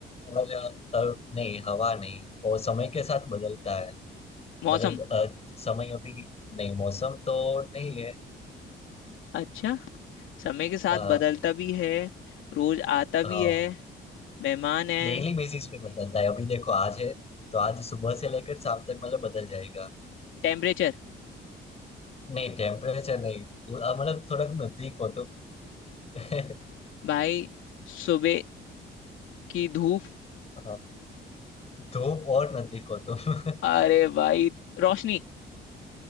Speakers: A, on the left; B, on the left.
A: और अ, अ, नहीं हवा नहीं वो समय के साथ बदलता है
B: मौसम
A: मतलब अ, समय अभी नहीं मौसम तो नहीं है
B: अच्छा समय के साथ
A: अ,
B: बदलता भी है रोज आता
A: हाँ
B: भी है मेहमान है
A: डेली बेसिस पे बदलता है अभी देखो आज है तो आज सुबह से लेकर शाम तक मतलब बदल जाएगा
B: टेम्परेचर
A: नहीं टेम्परेचर नहीं अ, मतलब थोड़ा नजदीक हो तो <laughs>
B: भाई सुबह की धूप
A: हाँ, धूप और नजदीक हो तो <laughs>
B: अरे भाई रोशनी